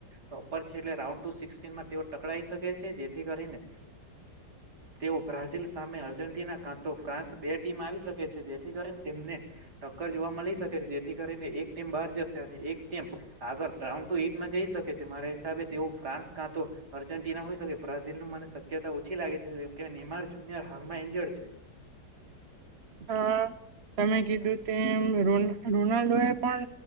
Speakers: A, on the right (about 70°); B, on the right (about 45°).
A: ટોપર છે એટલે રાઉન્ડ ટુ સિક્નમાં તેઓ ટકરાઈ શકે છે જેથી કરીને તેઓ બ્રાઝિલ સામે અર્જેન્ટિના તો ફ્રાન્સ બે ટીમ આવી શકે છે જેથી કરીને તેમને ટક્કર જોવા મળી શકે છે થી કરીને એક ટીમ બહાર જશે અને એક ટમ આગળ રાઉન્ડ ટુ એટમાં જઈ શકે છે મારા હિસાબે તેઓ ફ્રાસ કાં તો અર્જેન્ટિના હોઈ શકે બ્રાઝિલનું મને શક્યતા ઓછી લાગે છેમનેમાર જુનર હાલમાં ંજળ છે
B: હા તમે કીધું તેમ રો રોનાલ્ડો એ પણ